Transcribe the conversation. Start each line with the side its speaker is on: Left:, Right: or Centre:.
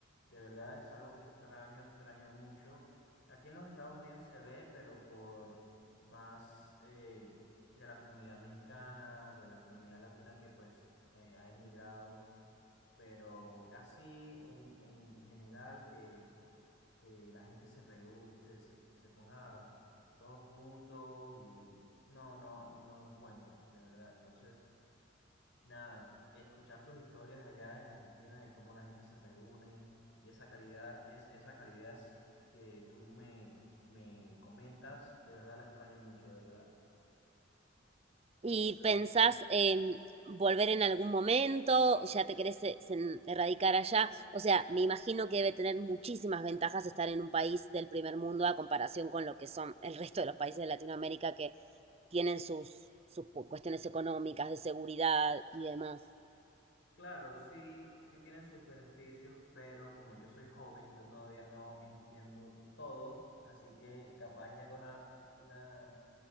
Left: de verdad es algo que extraño, extraño mucho. Aquí en los Estados Unidos se ve, pero por más eh, de la comunidad mexicana, de la comunidad latina que pues eh, ha emigrado, pero así en, en general que, que la gente se, reú- se, se, se ponga todos juntos y no, no, no encuentro, de verdad. Entonces... Nada, escuchar tus historias allá en Argentina de cómo la gente se reúne y esa calidad, es, esa calidez que tú me, me comentas, de verdad la extraño mucho, de verdad.
Right: ¿Y
Left: Pero
Right: pensás em, volver en algún momento? ¿Ya te querés eh, sen- erradicar allá? O sea, me imagino que debe tener muchísimas ventajas estar en un país del primer mundo a comparación con lo que son el resto de los países de Latinoamérica que tienen sus, sus pu- cuestiones económicas, de seguridad y demás.
Left: claro, sí, sí tiene sus beneficios, pero como yo soy joven, yo todavía no entiendo todo, así que capaz ya haga una, una,